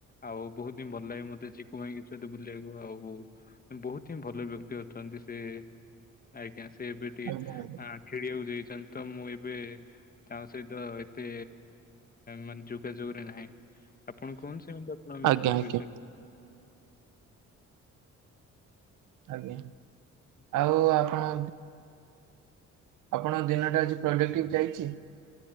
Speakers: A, on the left; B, on the right.
A: ଆଉ ବହୁତ ହିଁ ଭଲ ଲାଗେ ମତେ ଚିକୁ ଭାଇଙ୍କ ସହିତ ବୁଲିବାକୁ। ଆଉ ବହୁତ ହିଁ ଭଲ ବ୍ୟକ୍ତି। ଅଛନ୍ତି ସେ ଆଜ୍ଞା ସେ ଏବେ ଟିକେ
B: ଆଜ୍ଞା ଆଜ୍ଞା।
A: ଆଁ ଖେଳିବାକୁ ଯାଇଛନ୍ତି ତ, ମୁଁ ଏବେ ତାଙ୍କ ସହିତ ଏତେ ମାନେ ଯୋଗାଯୋଗରେ ନାହିଁ। ଆପଣ କୁହନ୍ତୁ ସେମିତି ଆପଣଙ୍କ ମିତ୍ରଙ୍କ
B: ଆଜ୍ଞା
A: ବିଷୟରେ।
B: ଆଜ୍ଞା। ଆଉ ଆପଣ ଆପଣଙ୍କ ଦିନଟା ଆଜି ପ୍ରଡକ୍ଟିଭ ଯାଇଚି?